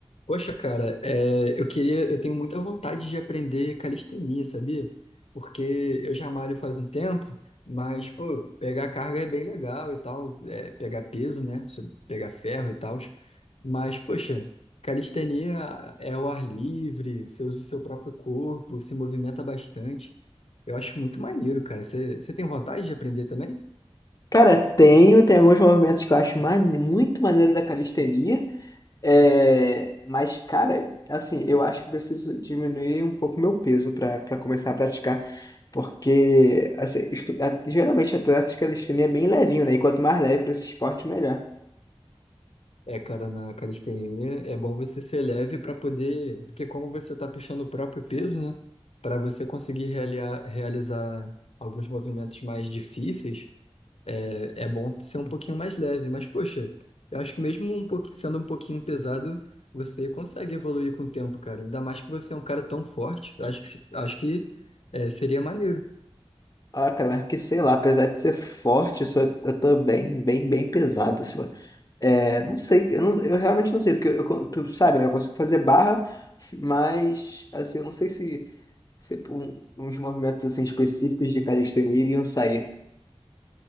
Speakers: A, on the left; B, on the left.
A: Poxa, cara, é, eu queria, eu tenho muita vontade de aprender calistenia, sabia? Porque eu já malho faz um tempo, mas, pô, pegar carga é bem legal e tal, é, pegar peso, né? Su- Pegar ferro e tal. Mas, poxa, calistenia é o ar livre, você usa o seu próprio corpo, se movimenta bastante. Eu acho muito maneiro, cara. Você, você tem vontade de aprender também?
B: Cara, tenho, tem alguns movimentos que eu acho mane- muito maneiro da calistenia, é, mas, cara, assim, eu acho que eu preciso diminuir um pouco meu peso para para começar a praticar, porque, assim, escu- a- geralmente atletas de calistenia é bem levinho, né? E quanto mais leve para esse esporte, melhor.
A: É, cara, na calistenia é bom você ser leve para poder, porque como você tá puxando o próprio peso, né? Para você conseguir realiar- realizar alguns movimentos mais difíceis, é, é bom ser um pouquinho mais leve. Mas, poxa, eu acho que mesmo um pouquinho, sendo um pouquinho pesado, você consegue evoluir com o tempo, cara. Ainda mais que você é um cara tão forte. Eu acho que, acho que é, seria maneiro.
B: Ah, cara, mas que sei lá, apesar de ser forte, eu, sou, eu tô bem, bem, bem pesado, assim, mano. É, não sei, eu, não- eu realmente não sei, porque eu, eu- tu sabe, né? Eu consigo fazer barra, mas, assim, eu não sei se. Tipo, um- uns movimentos assim, específicos de calistenia iriam sair.